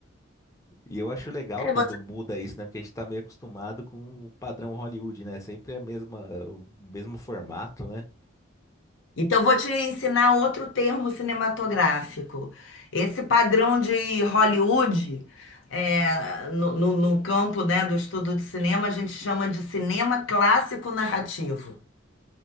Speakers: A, on the left; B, on the left.
A: E eu acho legal
B: É,
A: quando
B: você-
A: muda isso, né? Porque a gente tá meio acostumado com o padrão Hollywood, né? Sempre a mesma, o mesmo formato, né?
B: Então, eu vou te ensinar outro termo cinematográfico. Esse padrão de Hollywood, é, no, no no campo, né, do estudo de cinema, a gente chama de cinema clássico narrativo.